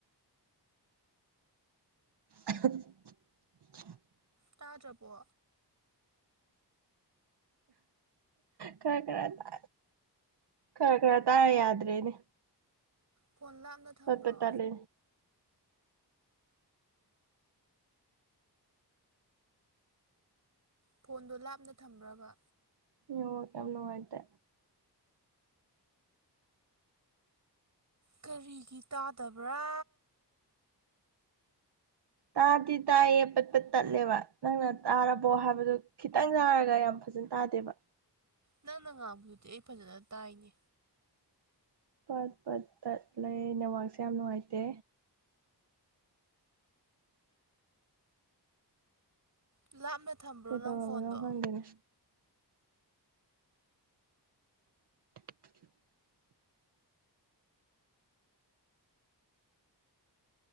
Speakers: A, on the right (about 70°); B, on the right (about 45°).
A: <unintelligible>
B: ꯇꯥꯗ꯭ꯔꯕꯣ
A: ꯈꯔ ꯈꯔ ꯇꯥ ꯏꯈꯔ ꯈꯔ ꯇꯥ ꯌꯥꯗ꯭ꯔꯦꯅꯦ
B: ꯐꯣꯟ ꯂꯥꯞꯅ ꯊꯝꯕ꯭ꯔꯣ
A: ꯄꯠ ꯄꯠ ꯇꯠꯂꯦ
B: ꯐꯣꯟꯗꯣ ꯂꯥꯞꯅ ꯊꯝꯕ꯭ꯔꯕ
A: ꯅ‌ꯦꯠꯋꯥꯔꯛ ꯌꯥꯝ ꯅꯨꯡꯉꯥꯏꯇꯦ
B: ꯀꯔꯤꯒꯤ ꯇꯥꯗꯕ꯭ꯔꯥ
A: ꯇꯥꯗꯤ ꯇꯥꯏꯌꯦ ꯄꯠꯄꯠ ꯇꯠꯂꯦꯕ ꯅꯪꯅ ꯇꯥꯔꯕꯣ ꯍꯥꯏꯕꯗꯨ ꯈꯤꯇꯪ ꯇꯥꯔꯒ ꯌꯥꯝ ꯐꯖꯟ ꯇꯥꯗꯦꯕ
B: ꯅꯪꯅ ꯉꯥꯡꯕꯗꯨꯗꯤ ꯑꯩ ꯐꯖꯅ ꯇꯥꯏꯅꯦ
A: ꯄꯠ ꯄꯠ ꯇꯠ ꯂꯩ ꯅꯦꯋꯥꯛꯁꯦ ꯌꯥꯝ ꯅꯨꯡꯉꯥꯏꯇꯦ
B: ꯂꯥꯞꯅ ꯊꯝꯕ꯭ꯔꯣ
A: ꯀꯩꯗꯧꯔꯕꯅꯣ
B: ꯅꯪ ꯐꯣꯟꯗꯣ
A: ꯈꯪꯗꯦꯅꯦ <unintelligible>